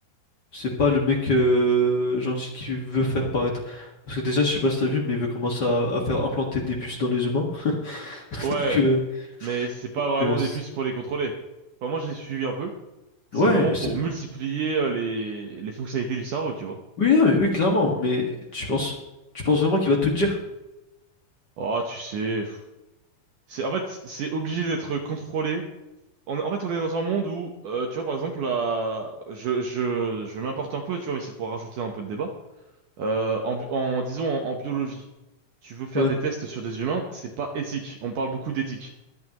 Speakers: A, on the left; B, on the right.
A: c'est pas le mec euh, gentil qui veut faire paraître. Parce que déjà, je sais pas si t'as vu, mais il veut commencer à, à faire implanter des puces dans les humains. <laughs>
B: Ouais,
A: Donc, euh,
B: mais c'est pas
A: donc
B: vraiment
A: euh, c'est-
B: des puces pour les contrôler. Enfin, moi, j'ai suivi un peu. C'est
A: ouais,
B: vraiment
A: c'est-
B: pour multiplier euh, les, les fonctionnalités du cerveau, tu vois.
A: oui, non, mais oui, clairement, mais tu penses, tu penses vraiment qu'il va tout te dire?
B: Oh, tu sais... C'est en fait c'est obligé d'être contrôlé. On, est- en fait, on est dans un monde où, euh, tu vois, par exemple, là, je, je, je m'importe un peu, tu vois, mais c'est pour rajouter un peu de débat. Euh, en, bi- en disons en, en biologie, tu veux faire
A: Ouais,
B: des tests sur des humains, c'est pas éthique. On parle beaucoup d'éthique.